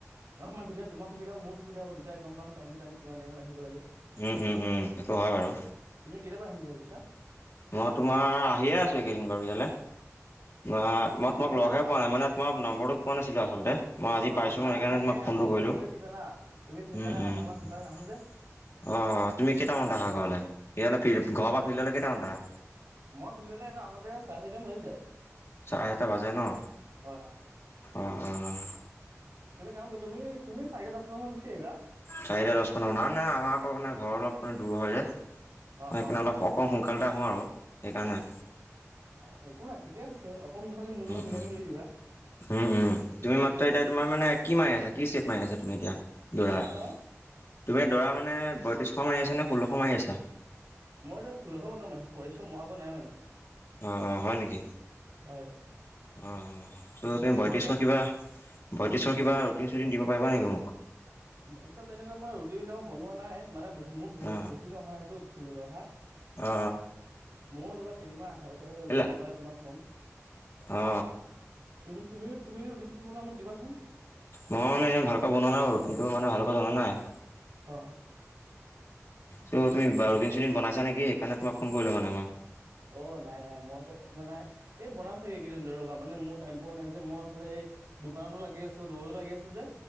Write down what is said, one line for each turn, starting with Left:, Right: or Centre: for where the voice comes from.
Right: অ' মানে তেতিয়া তোমাৰো সুবিধা, মোৰো সুবিধা হ'ব দুটাই গ'ম পাম টাইমটো টাইম কিমান টাইমত আহিব লাগে।
Left: উম উম উম সেইটো হয় বাৰু
Right: তুমি কেতিয়াবা আহিম বুলি ভাবিছা।
Left: মই তোমাৰ আহিয়ে আছো এইকেইদিন বাৰু ইয়ালৈ। অ'
Right: তুমি
Left: মই তোমাক
Right: সোনকালে
Left: লগহে
Right: আহা ন
Left: পোৱা নাই মানে তোমাৰ নম্বৰটো পোৱা নাছিলো, আচলতে। মই আজি
Right: অ',
Left: পাইছোঁ,
Right: নাই
Left: মই সেইকাৰণে
Right: মানে
Left: মই ফোনটো
Right: নম্বৰ
Left: কৰিলোঁউম,
Right: পালে কি জানা তুমি সোনকালে
Left: উম।
Right: আহা মই ইমান সোনকালে নাহো যে
Left: অ' তুমি কেইটামান
Right: সেইটো
Left: আহা
Right: কাৰণে
Left: ঘৰলে ইহ ফ্লি ঘৰৰ পৰা ফিল্ডলৈ কেইটামান আহা।
Right: মই ফিল্ডলৈ এনো আহোতে চাৰে চাৰিটাম বাজি যায়।
Left: চাৰে এটা বাজে ন
Right: হয়
Left: অ' অ'।
Right: তুমি কাম কৰ তুমি তুমি চাৰিটা দহ পোন্ধৰ মান গুচি আহিবা।
Left: চাৰিটা দহ পোন্ধৰ মান ন নে আমাৰ আকৌ মানে ঘৰ অলপ মানে দূৰ হয় যে। সেইকাৰণে
Right: অ', অ',
Left: অলপ অকণমান সোনকাল আহোঁ আৰু সেইকাৰণে।
Right: অ' একো নাই ঠিকে আছে, অকণ খালি মোৰ
Left: উম
Right: লগত মিলাই
Left: উম
Right: দৌৰি দিবা।
Left: উম, উম, তুমি মাত্ৰ এতিয়া তোমাৰ মানে কি মাৰি আছ কি চেট মাৰি আছা তুমি এতিয়া। দৰা
Right: হা হা
Left: তুমি দৰা মানে বয়ত্ৰিশশ মাৰি আছা নে। ষোল্লশ
Right: মই এতিয়া
Left: মাৰি আছা
Right: ষোল্লস বৰ্তমান মাৰি আছো, বৰত্ৰিচ্ছশ মৰাগে নাই মানে।
Left: অ' অ' হয় নেকি।
Right: হয়
Left: অ' ত
Right: মানে ষোল্লশ
Left: বয়ত্ৰিচ্ছশৰ কিবা বয়ত্ৰিচ্ছশৰ কিবা ৰুটিন চুটিন দিব। পাৰিবা নেকি মোক।
Right: বৰত্ৰিচ্ছশ তেনেকা মই ৰুটিন এতিয়া মই বনোৱা নাই মানে বে। মোৰ
Left: অ
Right: বেছি অহা নাইতো ফ্লিডলৈ অহা
Left: অ
Right: মই তোমাৰ কেইদিনমান আধাৰ ক,
Left: কেলা
Right: উঠিছো মই তোমাক কম।
Left: অ
Right: তুমি তুমিও তুমি ৰোটনটো বনোৱা মোক দিবাচোন।
Left: মই মানে ইমান ভালকৈ বনোৱা নাই। বাৰু কিন্তু মানে ভালকৈ জনা নাই।
Right: অ'
Left: ত' তুমি কিবা ৰুটিন চোটিন বনাইছা নেকি, সেইকাৰণে তোম ফোন কৰিলো মানে মই।
Right: অ' নাই নাই মইত বনোৱা নাই এই বনাম চাগে এই কেইদিন ৰবা মানে মোৰ টাইম পোৱা নাই যে মইফালে এই। দোকানতো লাগি আছো, দৌৰৰতো লাগি আছো যে।